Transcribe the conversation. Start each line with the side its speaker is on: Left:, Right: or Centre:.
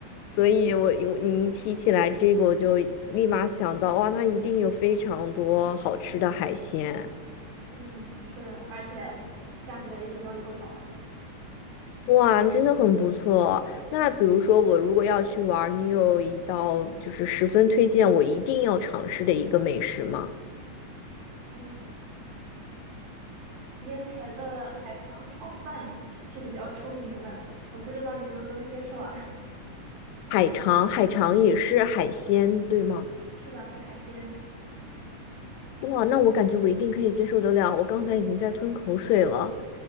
Left: 所以我我你一提起来这个，我就立马想到，哇，那一定有非常多好吃的海鲜。
Right: 嗯，是，而且价格也比较友好吧。
Left: 哇，真的很不错。那比如说，我如果要去玩儿，你有一道就是十分推荐我一定要尝试的一个美食吗？
Right: 嗯，烟台的海肠炒饭是比较出名的，我不知道你能不能接受啊？
Left: 海肠，海肠也是海鲜，对吗？
Right: <laughs> 是的，是海鲜。
Left: 哇，那我感觉我一定可以接受得了。我刚才已经在吞口水了，